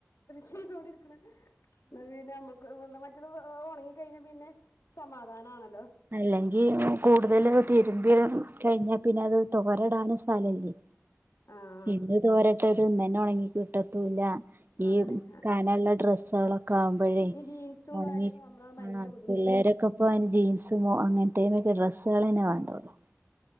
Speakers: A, on the left (about 85°); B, on the right (about 45°).
A: <unintelligible> ഇരിക്കണ് ഹ് <unintelligible> <unintelligible> ഒണങ്ങി കഴിഞ്ഞ പിന്നെ സമാധാനാണ്
B: അല്ല <unintelligible> ഈ കൂടുതൽ തിരുമ്പി കഴിഞ്ഞാ പിന്നെ അത് തോര ഇടാനും സ്ഥലല്ല
A: ആഹ്
B: ഇന്ന് തോരാ ഇട്ട അത് ഇന്ന്‌ തന്നെ ഒണങ്ങി കിട്ടത്തൂല്ല
A: അതാണെ
B: ഈ കനള്ള ഡ്രസ്സ് <unintelligible> കാവുമ്പോഴേ
A: ഈ ജീൻസും
B: ഉണങ്ങി
A: കാര്യൊക്കെ ആവുമ്പളാണ് ഭയങ്കര
B: ആ
A: ബുദ്ധിമുട്ട്
B: പിള്ളേരക്കെപ്പം അ ജീൻസ് <unintelligible> അങ്ങനത്തെരെ ഈ ഡ്രസ്സളെന്നെ വാണ്ടാലോ